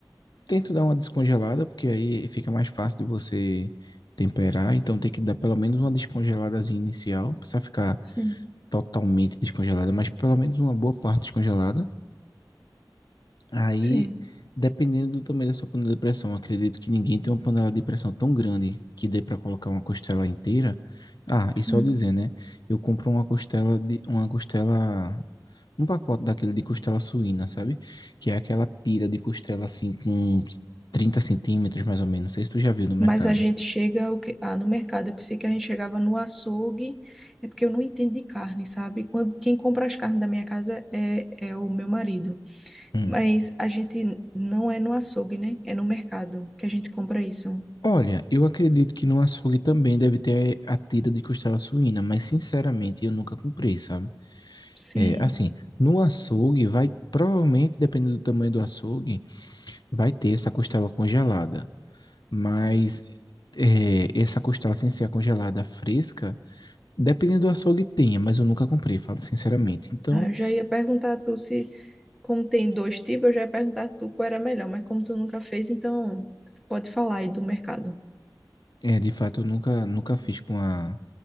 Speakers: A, on the left; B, in the centre.
A: Tento dar uma descongelada, porque aí fica mais fácil de você temperar. Então, tem que dar pelo menos uma descongeladazinha inicial. Não precisa ficar
B: sim,
A: totalmente descongelada, mas pelo menos uma boa parte descongelada. Aí,
B: sim.
A: dependendo do tamanho da sua panela de pressão, acredito que ninguém tem uma panela de pressão tão grande que dê para colocar uma costela inteira. Ah, e só
B: Hum.
A: dizer, né? Eu compro uma costela de uma costela, um pacote daquele de costela suína, sabe? Que é aquela tira de costela assim com 30 centímetros mais ou menos. Não sei se tu já viu no mercado.
B: Mas a gente chega o que... ah, no mercado. Eu pensei que a gente chegava no açougue. É porque eu não entendo de carne, sabe? Quando quem compra as carnes da minha casa é, é o meu marido.
A: Hum.
B: Mas a gente não é no açougue, né? É no mercado que a gente compra isso.
A: Olha, eu acredito que no açougue também deve ter a tira de costela suína, mas sinceramente eu nunca comprei, sabe?
B: Sim.
A: É, assim, no açougue vai, provavelmente, dependendo do tamanho do açougue, vai ter essa costela congelada. Mas é, essa costela sem ser a congelada fresca, dependendo do açougue tenha, mas eu nunca comprei, falo sinceramente. Então,
B: Ah, eu já ia perguntar a tu se como tem dois tipos, eu já ia perguntar a tu qual era melhor, mas como tu nunca fez, então pode falar aí do mercado.
A: é, de fato, eu nunca, nunca fiz com a